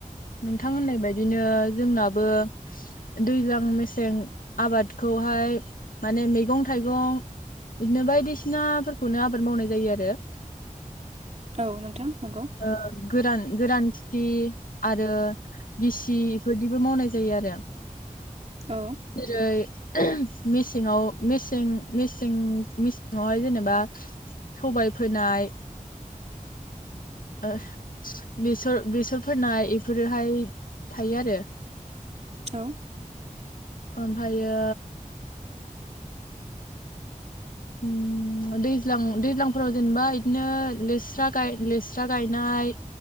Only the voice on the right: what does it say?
औ नोंथां नंगौ।
औ
औ